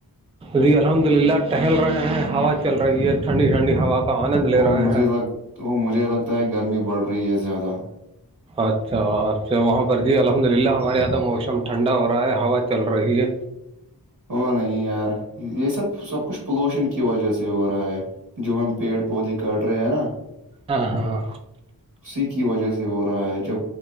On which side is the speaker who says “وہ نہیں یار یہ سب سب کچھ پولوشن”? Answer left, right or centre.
Right